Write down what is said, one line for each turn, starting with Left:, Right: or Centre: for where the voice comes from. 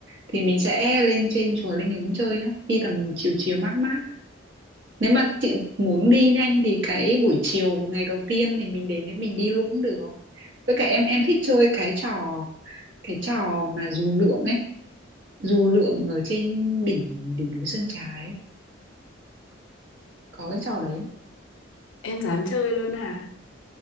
Right: thì mình sẽ lên trên chùa Linh Ứng chơi nhá đi tầm chiều chiều mát mát nếu mà chị muốn đi nhanh thì cái buổi chiều ngày đầu tiên thì mình đến để mình đi luôn cũng được với cả em em thích chơi cái trò cái trò mà dù lượn ấy dù lượn ở trên đỉnh đỉnh núi Sơn Trà ấy có cái trò đấy
Left: Em dám chơi luôn hả?